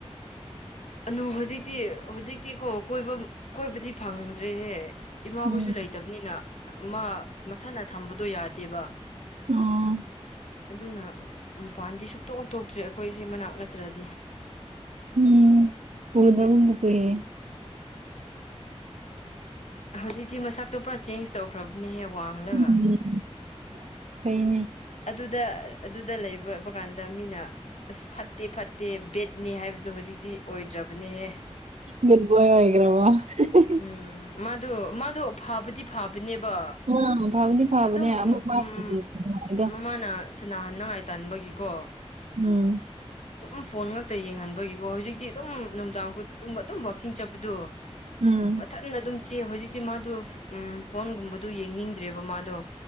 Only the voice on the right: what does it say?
ꯎꯝ
ꯑꯣ
ꯎꯝ ꯎꯗꯕꯕꯨ ꯀꯨꯏꯔꯦ
ꯎꯝ ꯐꯩꯅꯦ
ꯒꯨꯠ ꯚꯣꯢ ꯑꯣꯢꯒ꯭ꯔꯕꯣ ꯍꯤ ꯍꯤ
ꯑ ꯐꯕꯗꯤ ꯐꯕꯅꯦ
ꯑꯃꯨꯛ ꯋꯥꯗꯣ
ꯎꯝ
ꯎꯝ